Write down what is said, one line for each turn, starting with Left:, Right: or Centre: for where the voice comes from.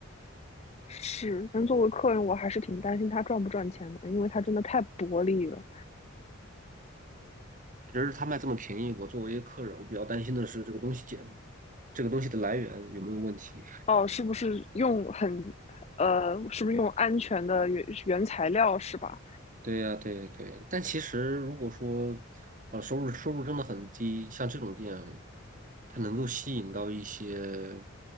Left: 是，但作为客人，我还是挺担心他赚不赚钱的，因为他真的太薄利了。
Right: 只是他卖这么便宜，我作为客人，我比较担心的是这个东西简这个东西的来源有没有问题。
Left: 哦，是不是用很，呃，是不是用安全的原原材料是吧？
Right: 对呀，对对，但其实如果说，啊，收入收入真的很低，像这种店，它能够吸引到一些